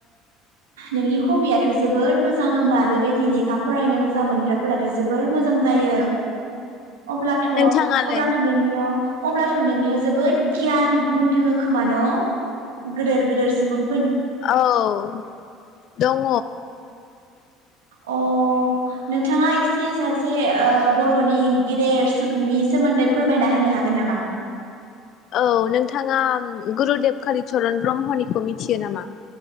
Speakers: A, on the right; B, on the left.
A: नोंनि हबियाथ' जोबोर मोजां होमबा बेबायदि लेखा फरायनो मोजां मोनग्राफोराथ' जोबोर मोजां जायो। अब्लाथ'
B: नोंथाङालाय
A: अब्लाथ' नोंनियाव अब्लाथ' नोंनियाव जोबोद गियान गुन दोङो खोमा न'? गोदेर गोदोर सुबुं
B: औ दङ।
A: अह नोंथाङा एसे सासे ओ बर'नि गेदेर सुबुंनि सोमोन्दै फोरमायना होनो हागोन नामा?
B: औ नोंथाङा गुरुदेब कालिचरन ब्रह्मनिखौ मिथियो नामा?